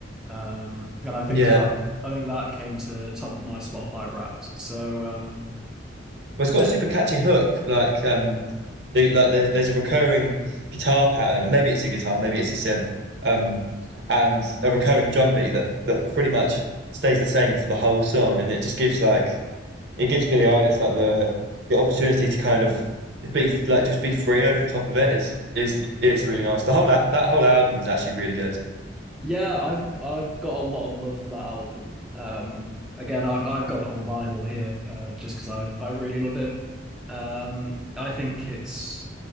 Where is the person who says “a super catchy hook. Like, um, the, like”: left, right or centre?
Right